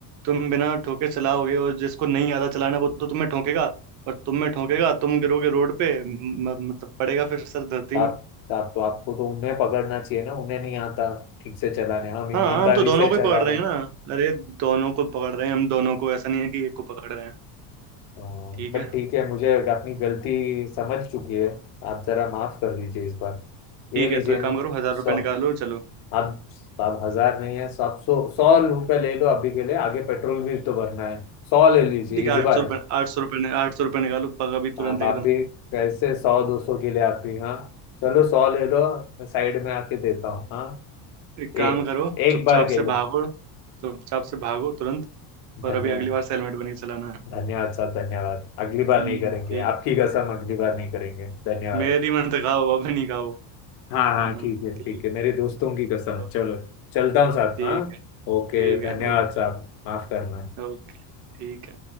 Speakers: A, on the right; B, on the left.
A: तुम बिना ठोके चलाओगे और जिसको नहीं आता चलाना वो तो तुम्हें ठोकेगा और तुम्हें ठोकेगा तुम गिरोगे रोड पे म, मतलब पड़ेगा फिर सर धरती
B: आप
A: में
B: साहब तो आपको तो उन्हें पकड़ना चाहिए ना उन्हें नहीं आता ठीक से चलाने हम ईमानदारी
A: हाँ हम तो दोनों
B: से
A: को ही
B: चला
A: पकड़
B: रहे
A: रहे
B: हैं
A: हैं ना अरे दोनों को पकड़ रहे हैं हम दोनों को ऐसा नहीं है कि एक को पकड़ रहे हैं
B: हाँ,
A: ठीक
B: बट
A: है
B: ठीक है मुझे अपनी गलती समझ चुकी है आप जरा माफ कर दीजिए इस बार ये
A: ठीक
B: लीजिए
A: है तो एक
B: ना
A: काम करो हजार
B: सौ
A: रुपये निकालो चलो
B: आप आप हजार नहीं है सब सौ सौ रुपये ले लो अभी के लिए आगे पेट्रोल भी तो भरना है सौ ले लीजिए
A: ठीक
B: इस
A: है आठ
B: बार
A: सौ रुपये आठ सौ रुपये आठ सौ रुपये निकालो पगा भी तुरंत
B: आप आप
A: एकदम
B: भी कैसे सौ दो सौ के लिए आप भी हाँ चलो सौ ले लो मैं साइड में आके देता हूँ हाँ
A: एक
B: ए,
A: काम करो
B: एक
A: चुपचाप
B: बार के
A: से
B: लिए
A: भागो चुपचाप से भागो तुरंत और
B: धन्यवाद
A: अभी अगली बार से हेलमेट बन के चलाना
B: धन्यवाद साहब धन्यवाद अगली बार
A: हम्म
B: नहीं करेंगे
A: ठीक
B: आपकी कसम अगली बार नहीं करेंगे धन्यवाद
A: मेरी मत खाओ अब नहीं खाओ
B: हाँ हाँ
A: हाँ हाँ,
B: ठीक है
A: ठीक
B: ठीक है मेरे दोस्तों की कसम
A: ओके
B: चलो चलता हूँ साहब
A: ठीक
B: हाँ
A: है
B: ओके
A: ठीक
B: धन्यवाद
A: है ओके
B: साहब माफ करना
A: ओके ठीक है